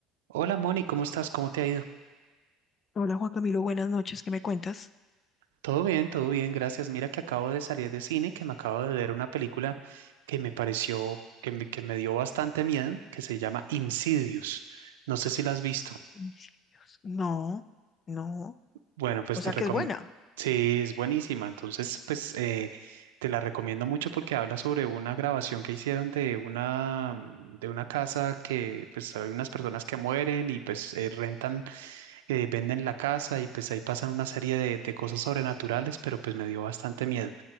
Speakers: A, on the right; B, on the left.
A: Hola Moni, ¿cómo estás? ¿Cómo te ha ido?
B: Hola Juan Camilo, buenas noches, ¿qué me cuentas?
A: Todo bien, todo bien, gracias. Mira que acabo de salir de cine, que me acabo de ver una película que me pareció, que me, que me dio bastante miedo, que se llama Insidious. No sé si la has visto.
B: Homicidios. No, no,
A: Bueno, pues
B: o sea
A: te recomiendo.
B: que es buena.
A: Sí, es buenísima. Entonces, pues eh, te la recomiendo mucho porque habla sobre una grabación que hicieron de una, de una casa que, pues, hay unas personas que mueren y pues eh, rentan eh, venden la casa y pues ahí pasan una serie de, de cosas sobrenaturales, pero pues me dio bastante miedo.